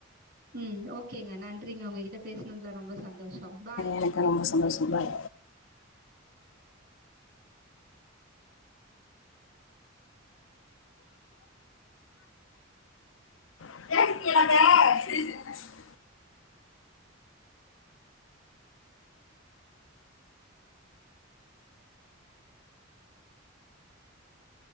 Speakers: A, on the right; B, on the left.
A: ம் ஓகேங்க நன்றிங்க உங்ககிட்ட பேசுனதுல ரொம்ப சந்தோஷம் பாய்
B: எனக்கு ஆ ரொம்ப சந்தோச பாய் <inaudible>